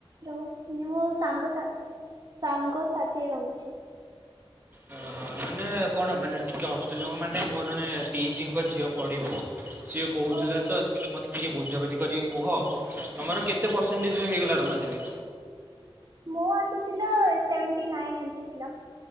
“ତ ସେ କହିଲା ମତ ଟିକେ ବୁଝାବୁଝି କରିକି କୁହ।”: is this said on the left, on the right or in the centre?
Right